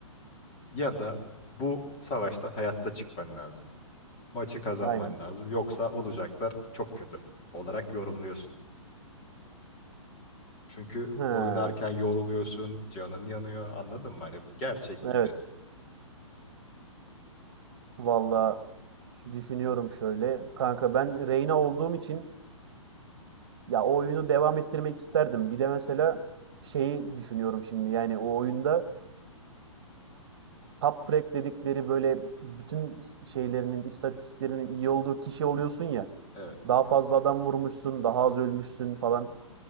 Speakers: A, on the left; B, on the right.
A: Ya da bu savaştan hayatta çıkman lazım. maçı kazanman
B: aynen.
A: lazım. Yoksa olacaklar çok kötü olarak yorumluyorsun. Çünkü
B: Ha,
A: oynarken yoruluyorsun, canın yanıyor. Anladın mı? Hani bu gerçek
B: evet.
A: gibi.
B: Valla düşünüyorum şöyle. Kanka ben Reyna olduğum için ya o oyunu devam ettirmek isterdim. Bir de mesela şeyi düşünüyorum şimdi yani o oyunda top frag dedikleri böyle bütün şeylerinin istatistiklerinin iyi olduğu kişi oluyorsun ya.
A: Evet.
B: Daha fazla adam vurmuşsun, daha az ölmüşsün falan.